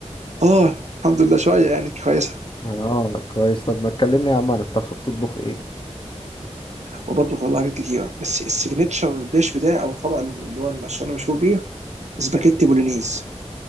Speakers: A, on the right; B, on the left.
A: اه الحمد لله شويه يعني كويسه
B: اه كويس طب ما تكلمني يا عم عن الطبخ بتطبخ ايه؟
A: وبطبخ والله حاجات كتيره بس السيجنتشر ديش بتاعي او الطبق اللي هو عشان انا مشهور بيه سباكيتي بولونيز